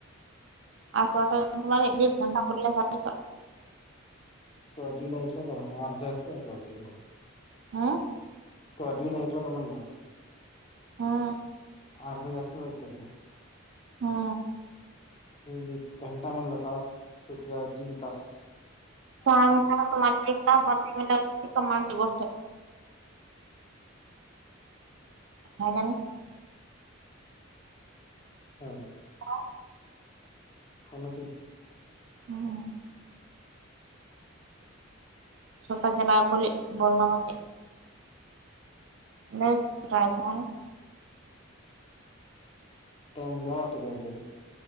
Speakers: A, on the right (about 60°); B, on the left (about 30°).
A: आस वाटान तुम्हाे दीड घंटा परल्यासारख. <unintelligible>
B: त जिड ऐकलं कार ऐकलं वा. <unintelligible>
A: आ.
B: ते्हा दीडा ऐक का म्हणला.
A: हा.
B: अर्थ जास्तच ऐकत तुम्ही.
A: हा.
B: <unintelligible> घंटा म्हणला तस त त जद तस. <inaudible>
A: ला तुम्हाला एक तास वा मिनट कमालची गोष्ट. ह ना.
B: हो.
A: हा.
B: बोलकी.
A: हम. स्वतःच्या बायकोले बोलणं म्हणजे बेस, काय का?
B: टाईम दहा ते <unintelligible>